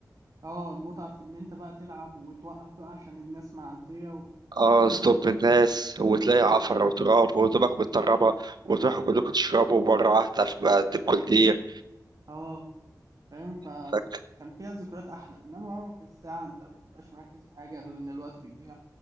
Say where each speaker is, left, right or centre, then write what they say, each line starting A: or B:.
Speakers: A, on the right; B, on the right.
A: اه المتعه في ان انت بقى تلعب وتوقف بقى عشان الناس معديه و...
B: اه
A: فاهم
B: ستوب الناس وتلاقي عفرة
A: اه
B: وتراب وهدومك متطربة وتروحوا كلكم تشربوا مرة واحدة في عند الكولدير
A: اه فاهم فكان
B: فك
A: فيها ذكريات احلى انما هو في الساعه انت ما بتبقاش مركز في حاجه غير ان الوقت بيضيع